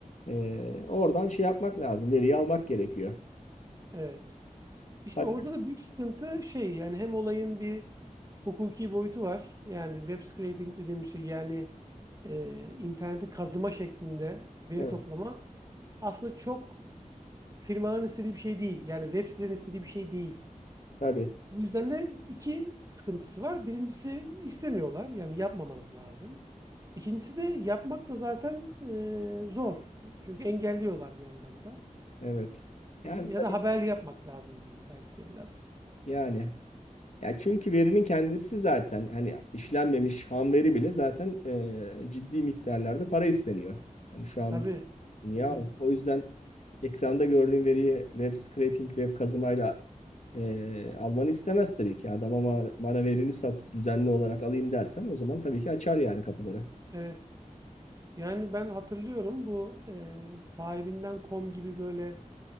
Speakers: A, on the left; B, on the right.
A: Eee, oradan şey yapmak lazım. Veriyi almak gerekiyor.
B: Evet. İşte
A: Hakkı,
B: orada da büyük sıkıntı şey yani hem olayın bir hukuki boyutu var. Yani web scraping dediğimiz şey yani e, interneti kazıma şeklinde veri
A: evet,
B: toplama aslında çok firmaların istediği bir şey değil. Yani web sitelerin istediği bir şey değil.
A: tabii,
B: Bu yüzden de iki sıkıntısı var. Birincisi istemiyorlar yani yapmamanız lazım. İkincisi de yapmak da zaten e, zor. Çünkü engelliyorlar bir yandan da.
A: evet. Yani
B: E, ya
A: tabii,
B: da haber yapmak lazım diyeyim belki de biraz.
A: yani. Ya çünkü verinin kendisi zaten hani işlenmemiş ham veri bile zaten e, ciddi miktarlarda para isteniyor. Hani şu an
B: Tabii,
A: dünya
B: tabii.
A: o. O yüzden ekranda gördüğün veriyi web scraping, web kazımayla e, almanı istemez tabii ki. Adam ama bana verini sat düzenli olarak alayım dersen o zaman tabii ki açar yani kapıları.
B: Evet. Yani ben hatırlıyorum bu e, sahibinden.com gibi böyle